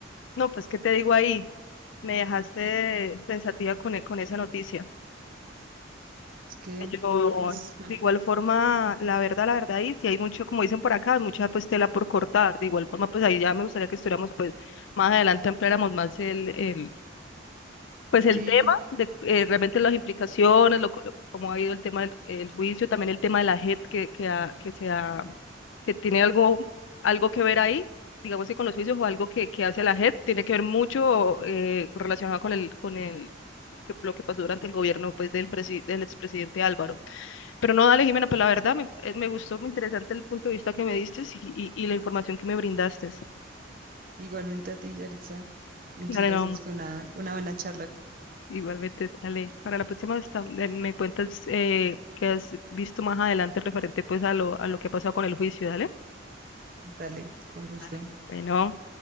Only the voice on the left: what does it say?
No, pues, ¿qué te digo ahí? Me dejaste pensativa con, e- con esa noticia.
Pero
de igual forma, la verdad, la verdad, ahí sí hay mucho, como dicen por acá, mucha pues tela por cortar. De igual forma, pues ahí ya me gustaría que estuviéramos pues más adelante ampliáramos más el el pues el
tema de eh, realmente las implicaciones, lo, co- lo- cómo ha ido el tema del el juicio, también el tema de la JET que, que, ha- que, se ha- que tiene algo, algo que ver ahí, digamos que con los juicios o algo que, que hace la JET, tiene que ver mucho eh, relacionado con el, con el que- lo que pasó durante el gobierno pues, del, presi- del expresidente Álvaro. Pero no, dale, Jimena, pues la verdad me, eh, me gustó, muy interesante el punto de vista que me diste y, y, y la información que me brindaste.
Dale,
no.
Igualmente, Ale, para la próxima vez tam- eh, me cuentas eh, qué has visto más adelante referente pues a lo, a lo que ha pasado con el juicio, dale.
Dale. Bueno.